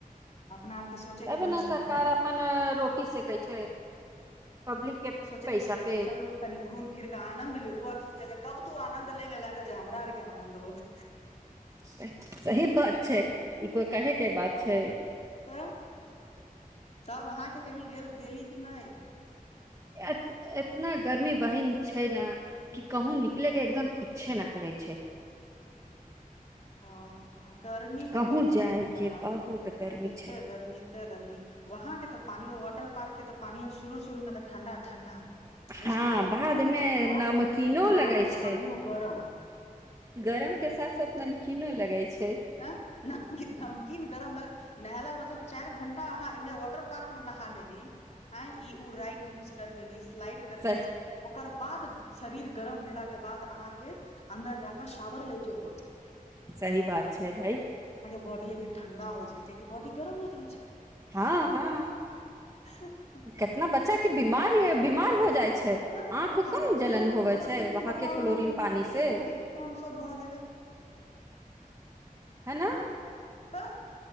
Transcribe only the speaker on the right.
तब
ने
सरकार अपन रोटी सेकै छै पब्लिक के
पैसा पे
सही बात छै ई कोइ कहे के बात छै
अ अ इतना गर्मी दहीन छै ने कि कहूँ निकले के एकदम इच्छे नइ करे छै
कहूँ
जाय
के बहुत गर्मी
छै
हँ
बाद मे
नमकीनो
लगै छै
गरम के साथ साथ नमकीनो लगे छै
सही
सही बात छै भइ
हँ हुँ
केतना बच्चा कि बीमार य बीमार हो जाइ छै।
आँखो
कम
जलन
होवे
छै
वहां
के क्लोरीन
पानी
से
है न।